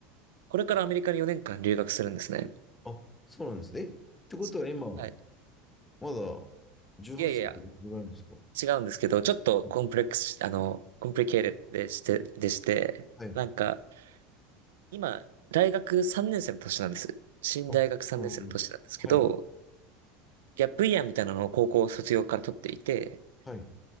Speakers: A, on the right; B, on the left.
A: これからアメリカに4年間留学するんですね。
B: あ、そうなんですね。えってことは今、
A: そはい。
B: まだ18歳ってことかそれぐらいなんですか
A: いやいや、違うんですけど、ちょっとコンプレックスし、
B: あ
A: あの、コンプリケーテッドでして、でして、
B: はい。
A: なんか、今、大学3年生の年なんです。新大学3年生の年なんですけど、
B: あ、なるほど。はい。
A: ギャップイヤーみたいなのを高校卒業から取っていて、
B: はい、